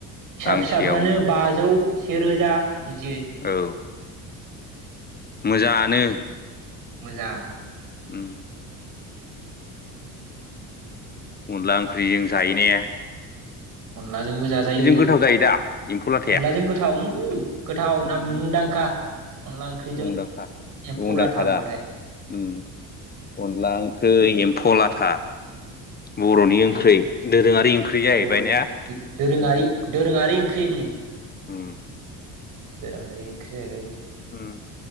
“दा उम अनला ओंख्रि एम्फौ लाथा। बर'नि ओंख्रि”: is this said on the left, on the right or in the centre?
Left